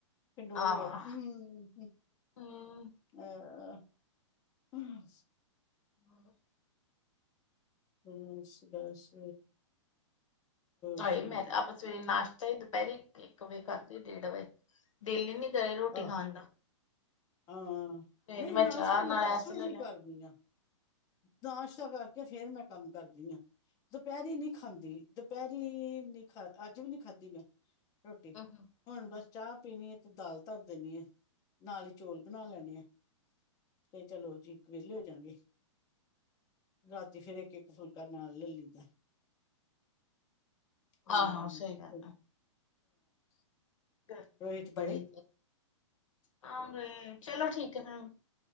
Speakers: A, on the left (about 20°); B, on the left (about 75°).
A: ਫਡੋ ਹੋਇਆ
B: ਆਹ
A: ਹਮ
B: ਹਮ
A: ਅਹ ਹਮ
B: ਹਾਂ
A: ਹਮ ਬਸ
B: ਹ
A: ਸੁਣਾ
B: ਮੈਂ ਆਪਾਂ ਸਵੇਰੇ ਨਾਸ਼ ਚੇ ਦੁਪਹਿਰੀ ਇੱਕ ਵਜੇ ਖਾਧ ਡੇਢ ਵਜੇ ਦਿੱਲੀ ਨੀ ਕਰੇ ਰੋਟੀ
A: ਆਹ
B: ਖਾਣ ਦਾ
A: ਹਾਂ
B: ਸਵੇਰੇ
A: ਨਹੀਂ ਨਾਸ਼ਤਾ
B: ਚਾਹ ਨਾਲ
A: ਮੈਂ ਦਸ
B: ਐਸ
A: ਵਜੇ
B: ਲੈ
A: ਹੀ
B: ਲੈ
A: ਕਰਦੀ ਆ ਨਾਸ਼ਤਾ ਕਰਕੇ ਫੇਰ ਮੈਂ ਕੰਮ ਕਰਦੀ ਹਾਂ ਦੁਪਹਿਰੀ ਨੀ ਖਾਂਦੀ ਦੁਪਹਿਰੀ ਨੀ ਖਾ ਅੱਜ ਵੀ ਨੀ ਖਾਧੀ ਮੈਂ ਰੋਟੀ
B: ਹੂੰ ਹੂੰ
A: ਹੁਣ ਬਸ ਚਾਹ ਪੀਣੀ ਹੈ ਤੇ ਦਾਲ ਧਰ ਦੇਣੀ ਆ ਨਾਲ ਹੀ ਚੌਲ ਬਣਾ ਲੈਣੇ ਆ ਤੇ ਚਲੋ ਜੀ ਇੱਕ ਵਹਲੇ ਹੋਜਗੇ ਰਾਤੀ ਫੇਰ ਇੱਕ ਇੱਕ ਫੁਲਕਾ ਕਰਨਾ ਲੈ ਲਦਾ ਹਮ
B: ਆਹੋ ਸਹੀ ਗੱਲ
A: <unintelligible>
B: ਗਰਮੀ
A: ਰੋਹਿਤ
B: ਬੜੀ
A: ਗਏ
B: ਆ ਚਲੋ ਠੀਕ ਹੈ